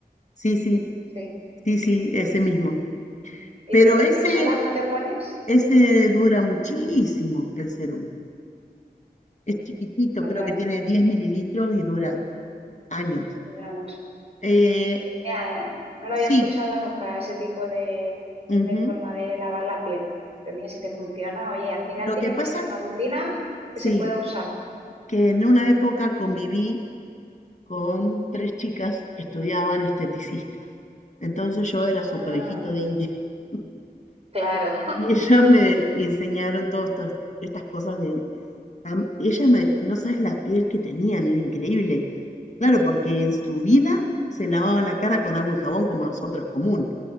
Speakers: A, on the left; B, on the right.
A: sí, sí,
B: sí.
A: sí, sí, ese mismo.
B: ¿Y
A: Pero
B: protector
A: ese,
B: solar no te pones?
A: ese dura muchísimo, el serum. Es chiquitito,
B: No,
A: creo
B: claro,
A: que tiene 10 mililitros y dura años.
B: dura mucho.
A: Eh,
B: Mira, eh, no lo
A: sí,
B: había escuchado nunca, ese tipo de,
A: ujú.
B: de forma de lavar la piel. Pero mira, si te funciona, oye, al final
A: Lo
B: tiene
A: que pasa,
B: que ser una rutina que
A: sí,
B: se pueda usar.
A: que en una época conviví con tres chicas que estudiaban esteticistas. Entonces yo era
B: Ah,
A: su conejito de India <laughs>
B: claro,
A: y ellas me enseñaron todas estas cosas de Am- Ella me, no sabes la piel que tenían, era increíble. Claro, porque en su vida se lavaban la cara con agua y jabón como nosotros común.